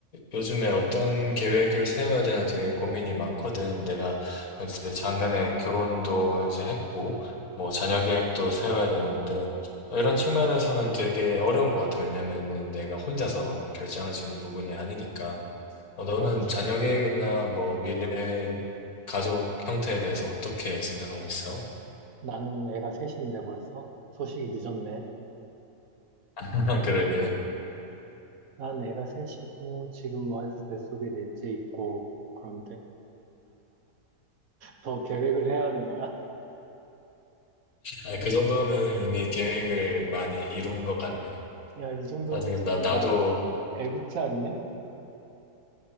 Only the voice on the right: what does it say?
그렇지.
나는 애가 셋인데 벌써? 소식이 늦었네.
난 애가 셋이고, 지금 와이프 뱃속에 넷째 있고, 그런데 더 계획을 해야 하는 거야?
야, 이 정도면
진짜
나 애국자 아니냐?